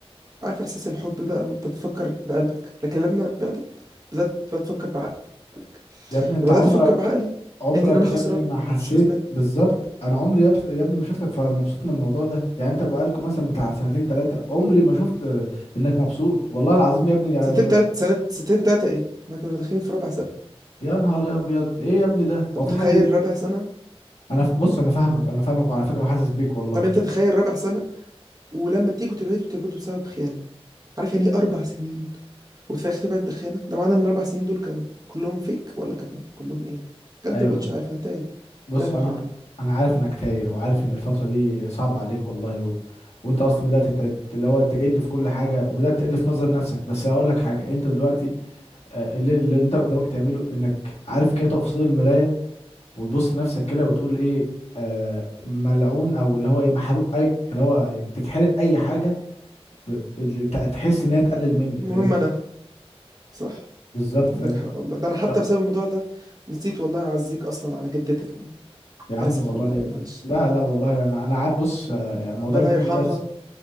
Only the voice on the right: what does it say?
عارف احساس الحب بقى وانت بتفكر بقلبك لكن لما بدات بدات بتفكر بعقلك
لما
بدات افكر بعقلي
لقيت ان انا خسران
انا مش كسبان
سنتين تلات سنة سنتين تلاتة ايه احنا كنا داخلين في رابع سنة
طب
تخيل
رابع سنة
طب انت تخيل رابع سنة ولما تيجوا تبعدوا تبعدوا بسبب خيانة عارف يعني ايه اربع سنين وتفاجئ طلعت بخيانه ده معنى ان الاربع سنين دول كانوا كلهم فيك ولا كانوا كلهم ايه بجد
ما بقتش عارف انا تايه
تايه
وحيران
المهم
انا صح
عندك
حق والله ده انا حتى
بسبب الموضوع ده نسيت والله اعزيك اصلا على جدتك انا
اسف
والله معلش
ربنا
يرحمها